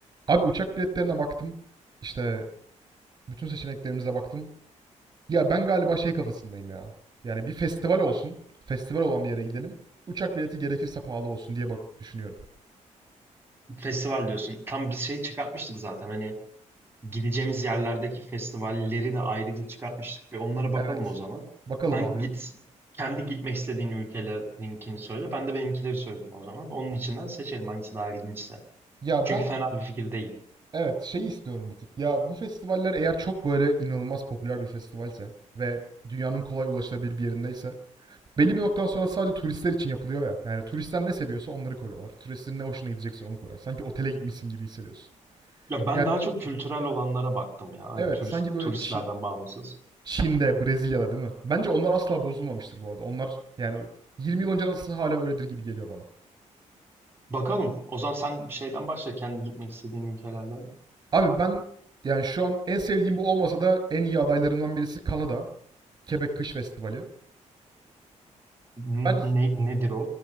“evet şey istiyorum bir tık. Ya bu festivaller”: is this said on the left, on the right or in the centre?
Right